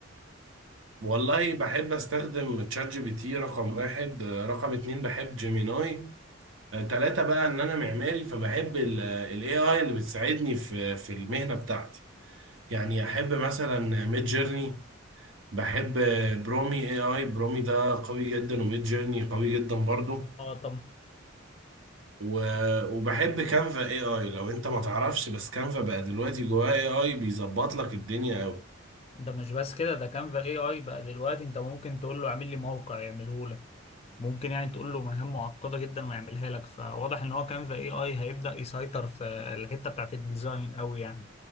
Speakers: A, on the right (about 65°); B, on the left (about 30°).
A: والله بحب استخدم تشات جي بي تي رقم واحد آه، رقم اتنين بحب جيميناي آه، تلاتة بقى ان انا معماري فبحب الاي اي اللي بتساعدني في في المهنة بتاعتي يعني احب مثلا ميد جيرني بحب برومي اي اي برومي ده قوي جدا وميد جيرني قوي جدا برضه
B: اه طب
A: و... وبحب كانفا اي اي لو انت ما تعرفش بس كانفا بقى دلوقتي جواه اي اي بيظبط لك الدنيا قوي
B: ده مش بس كده ده كانفا اي اي بقى دلوقتي انت ممكن تقول له اعمل لي موقع يعمله ممكن يعني تقول له مهام معقدة جدا ويعملها لك فواضح ان هو كان في اي اي هيبدأ يسيطر في الحتة بتاعت الديزاين قوي يعني